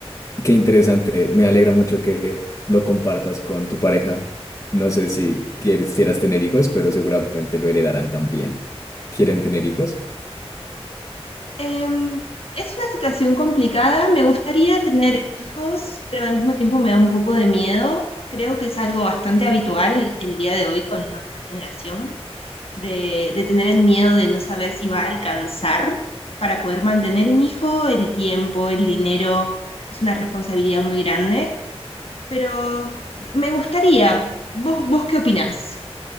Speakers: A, on the left; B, on the left.
A: qué interesante. Me alegra mucho que lo compartas con tu pareja. No sé si quisieras tener hijos, pero seguramente lo heredarán también. ¿Quieren tener hijos?
B: Em, es una situación complicada. Me gustaría tener hijos, pero al mismo tiempo me da un poco de miedo. Creo que es algo bastante habitual el día de hoy con nuestra generación, de, de tener el miedo de no saber si va a alcanzar para poder mantener un hijo, el tiempo, el dinero. Es una responsabilidad muy grande, pero me gustaría. ¿Vos, vos qué opinás?